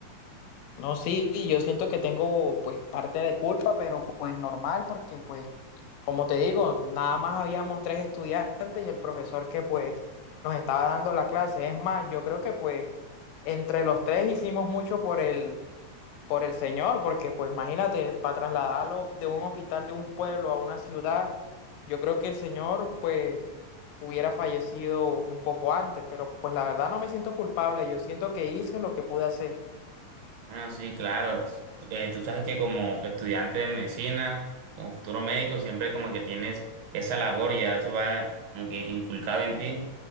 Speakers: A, on the left; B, on the right.
A: No, sí, yo siento que tengo pues parte de culpa, pero pues normal, porque pues, como te digo, nada más habíamos tres estudiantes y el profesor que pues nos estaba dando la clase. Es más, yo creo que pues entre los tres hicimos mucho por el, por el señor, porque pues imagínate, para trasladarlo de un hospital de un pueblo a una ciudad, yo creo que el señor pues hubiera fallecido un poco antes, pero pues la verdad no me siento culpable, yo siento que hice lo que pude hacer.
B: Bueno, sí, claro. t- eh, tú sabes que como estudiante de medicina, como futuro médico, siempre como que tienes esa labor y ya eso va como que inculcado en ti.